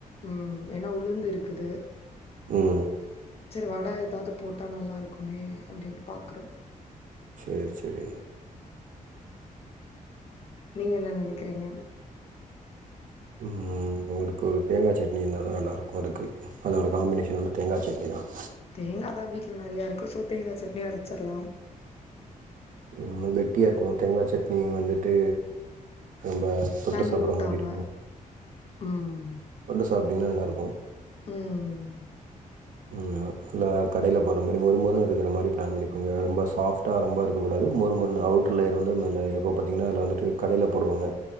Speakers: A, on the left; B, on the right.
A: ம் ஏனா உளுந்து இருக்குது
B: ம்
A: சரி வடை ஏதாவுது போட்டா நல்லாருக்குமே அப்புடின் பாக்குறே
B: சேர் சேரி
A: நீங்க என்ன நெனக்கிறீங்க
B: ம் அதுக்கு ஒரு தேங்கா சட்னி இருந்தா தா நல்லாருக்கும் அதுக்கு அதோட காம்மினேஷன் வந்து தேங்கா சட்னி தான்
A: தேங்கா தா வீட்ல நெறைய இருக்கு சோ தேங்கா சட்னி அரைச்சர்லாம்
B: நீங்ளே கெட்டியா இருக்கனு தேங்கா சட்னி வந்துட்டு ரொம்ப தொட்டு
A: தண்ணி
B: சாப்புற
A: ஊத்தாம
B: மாரி இருக்கணு
A: ம்
B: தொட்டு சாப் இன்னு நல்லாருக்கும்
A: ம்
B: ம்மா லா கடைல போற மாரி மொரறு மொறுன் இருக்கற மாரி பிளான் பண்ணிக்கோங்க ரொம்ப சாப்டா ரொம்ப ருக் கூடாது மொருமொருன் அவுட்ரு லேயர் வந்து நல்லா இப்ப பத்திங்னா அதுல வந்துட்டு கடைல போடுவாங்க